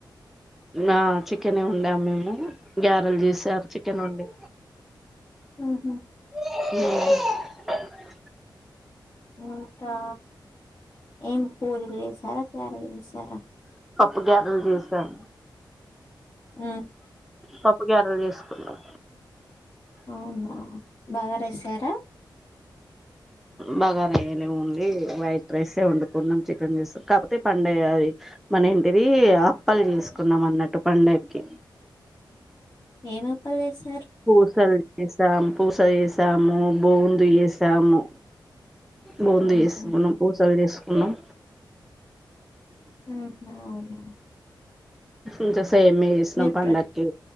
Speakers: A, in the centre; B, on the left.
A: ఆ చికెన్నే వండ్యం మేము గ్యారెల్ చేసారు చికెన్ వండి
B: హ్మ్ హ్మ్
A: హ్మ్
B: ఇంకా ఎంపూరిలు చేసేరా గారెలు చేశారా
A: పప్పు గ్యారెలు చేసాం
B: హ్మ్
A: పప్పు గారెలు చేసుకున్నాం
B: అవునా బాగరేశారా
A: బగారయనే ఓన్లీ వైట్ రైసే వండుకున్నాం చికెన్ చేశాం కాకపోతే పండగ అది మన ఇంటిది అప్పలు చేసుకున్నాం అన్నట్టు పండగకి
B: ఏంఅప్పాలి చెసు
A: పూసలు చేసాం పూసచేశా శాం బొగుందు చేశాము బూందు
B: ఉహు
A: చేసుకున్నాం పూసలు చేసుకున్నాం
B: ఆ అవునా
A: ంతస్త సేమి ఇసలం
B: మీరు
A: పండకి
B: ప్ర